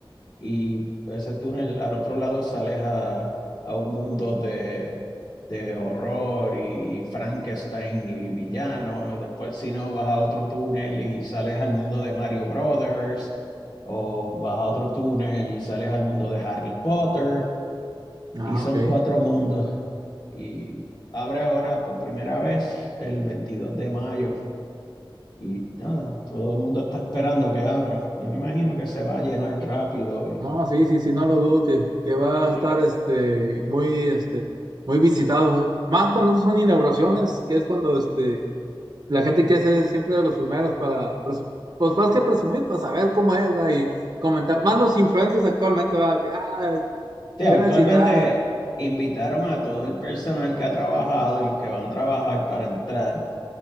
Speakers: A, on the left (about 55°); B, on the right (about 50°).
A: y ese túnel al otro lado sales a, a un mundo de de horror y, y Frankenstein y villano. Y Después, si no, vas a otro túnel y sales al mundo de Mario Brothers, o vas a otro túnel y sales al mundo de Harry Potter,
B: Ah,
A: y son
B: ok.
A: cuatro mundos. Y abre ahora por primera vez el 22 de mayo. Y nada, todo el mundo está esperando que abra. Yo me imagino que se va a llenar rápido. Y,
B: No, sí, sí, sí, no lo dudo que, que va
A: y
B: a estar
A: lo- o
B: este, muy, este, muy visitado. Más cuando son inauguraciones, que es cuando este, la gente quiere ser siempre de los primeros para, presu- pues más que presumir, pues saber cómo es, ¿verdad? Y comentar, más los influencers actualmente, ¿verdad? Que, ah,
A: sea,
B: ven
A: actualmente
B: a citar.
A: invitaron a todo el personal que ha trabajado y los que van a trabajar para entrar